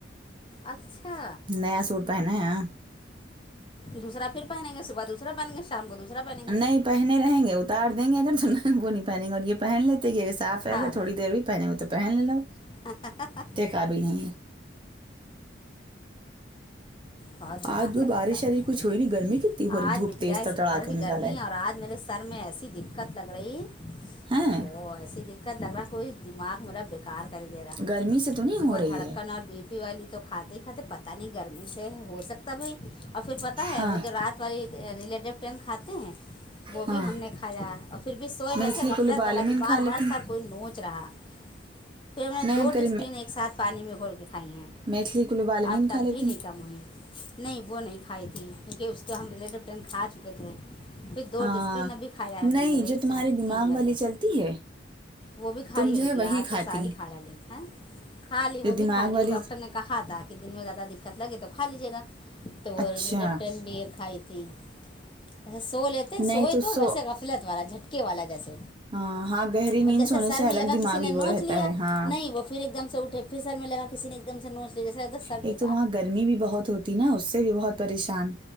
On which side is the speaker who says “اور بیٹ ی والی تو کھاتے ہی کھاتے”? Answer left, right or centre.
Left